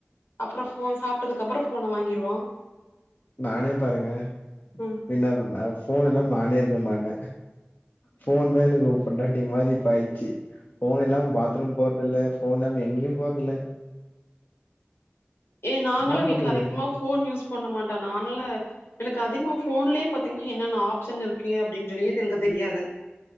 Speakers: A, on the left; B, on the left.
A: அப்புறோ ஃபோ சாப்ட்டதுக்கு அப்புறோ ஃபோன வாங்கிருவோ.
B: நானே பாருங்க
A: ம்
B: என்னாது <unintelligible> ஃபோன் இல்லாம நானே இருக்க மாட்டே ஃபோன் தா எனக்கு பொண்டாட்டி மாரி இப்ப ஆயிச்சி. ஃபோன் இல்லாம பாத்ரூம் போறதில்ல ஃபோன் இல்லாம எங்கியும் போறதில்ல.
A: ஏ நாங்கள்லா
B: என்னா
A: வீட்ல
B: பண்ணுவே
A: அதிகமா ஃபோன் யூஸ் பண்ண மாட்டோ நான் எல்ல எனக்கு அதிகமா ஃபோன்லியே பாத்திங்ன்னா என்னென்ன ஆப்ஷன் இருக்கு அப்டின் சொல்லியே இது எனக்கு தெரியாதுங்.